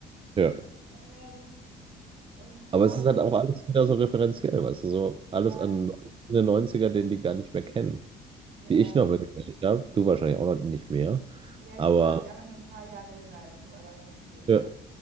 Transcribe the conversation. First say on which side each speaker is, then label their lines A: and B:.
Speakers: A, on the right; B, on the right.
A: Ja.
B: Ähm, und
A: Aber
B: dann,
A: es ist halt auch alles wieder so referenziell, weißt du, so
B: ja,
A: alles an den Neunziger den die gar nicht mehr kennen.
B: ja.
A: die ich noch mitgekriegt habe. Du wahrscheinlich auch noch nicht mehr.
B: Ja, ich
A: Aber
B: bin, glaube ich, einfach nur ein paar Jahre jünger als du, aber halt nicht viel jünger.
A: ja,